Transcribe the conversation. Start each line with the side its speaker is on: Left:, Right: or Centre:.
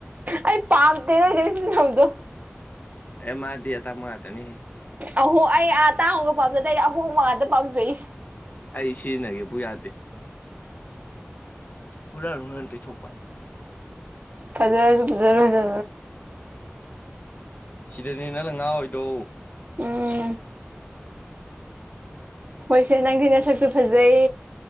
Right: ꯑꯩ ꯄꯥꯝ ꯇꯔꯣꯏꯩꯁꯤ ꯑꯝꯗꯣ
Left: ꯑꯦ ꯃꯥꯥꯗꯤꯦ ꯇ ꯃꯣꯏ ꯍꯥꯅꯤ ꯍꯦ
Right: ꯑꯍꯣ ꯑꯩ ꯑꯥ ꯇꯥꯡꯍꯒ ꯄꯥꯝꯖꯗꯣꯏꯗ ꯑꯍꯣꯡ ꯃꯉꯥꯟꯇ ꯄꯥꯝꯖꯩꯌꯦ
Left: ꯑꯩ ꯁꯤꯖꯤꯟꯅꯒꯦꯕꯨ ꯌꯥꯗꯦ ꯍꯨꯔꯥꯟ ꯍꯨꯔꯥꯟ ꯇꯩꯊꯣꯛꯄ
Right: ꯐꯖꯔꯁꯨ ꯐꯖꯔ ꯐꯖ
Left: ꯁꯤꯗꯅꯦ ꯅꯪꯅ ꯉꯍꯥ ꯑꯣꯏꯣꯏꯗꯣ
Right: ꯎꯝ ꯃꯣꯏꯁꯦ ꯅꯪꯊꯤꯅ ꯁꯛꯁꯨ ꯐꯖꯩ